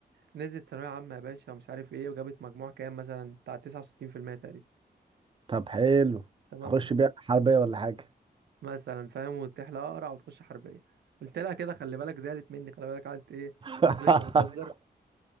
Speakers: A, on the right (about 80°); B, on the right (about 30°).
A: نزلت ثانويه عامه يا باشا ومش عارف ايه وجابت مجموع كام مثلا بتاع 69% تقريبا
B: طب حلو
A: تمام
B: تخش بيها حربية ولا حاجة
A: مثلا فاهم وتحلى اقرع وتخش حربيه قلت لها كده خلي بالك زعلت مني خلي بالك قعدت ايه
B: <laughs>
A: تقول لي انت بتهزر